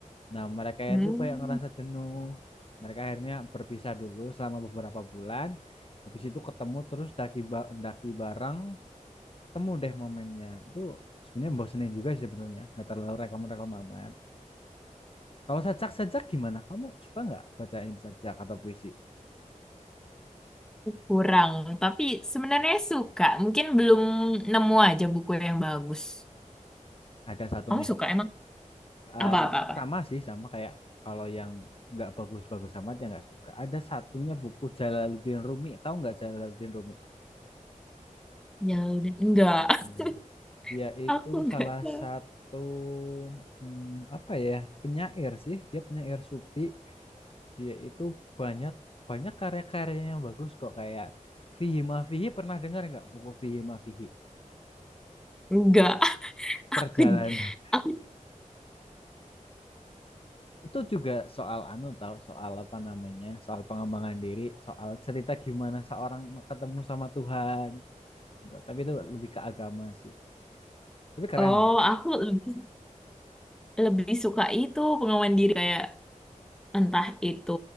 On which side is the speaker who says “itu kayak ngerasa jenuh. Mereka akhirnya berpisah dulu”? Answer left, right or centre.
Left